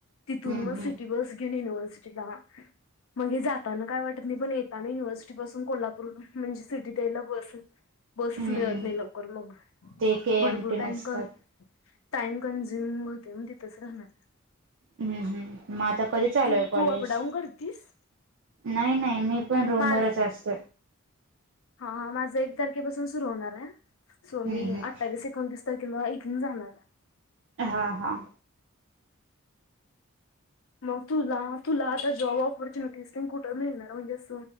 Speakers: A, on the left; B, on the right.
A: तिथून
B: हम्म
A: मग
B: हम्म
A: सिटी बस घेऊन यनिव्हर्सिटीला म्हगे जाताना काय वाटत मी पण युनिव्हर्सिटी पासून कोल्हापूर म्हणजे सिटी द्यायला बस बसेच
B: हम्म
A: मिळत नाही लवकर मग
B: ते के
A: भरपूर
B: एम टी
A: टाईम
B: नसतात
A: कत टाइम कं्झ्युम होते मण तिथंच राहणार
B: हम्म हम् मग आता कधी चालूय
A: तू
B: कॉलेज
A: तू अपडाऊन करतीस?
B: नाही नाही मी पण रोमवररच
A: माझ
B: असत
A: हा हा माझा एक तारखेपासून सुरू होणार आहे सो मी
B: हम्म हम्म.
A: अठ्ठावीस एकोणतीस किंवा इथून जाणार
B: हा हा
A: मग तुला तुला आता जॉब ऑपॉर्च्युनिटीज कुठं मिळणार म्हणजे अस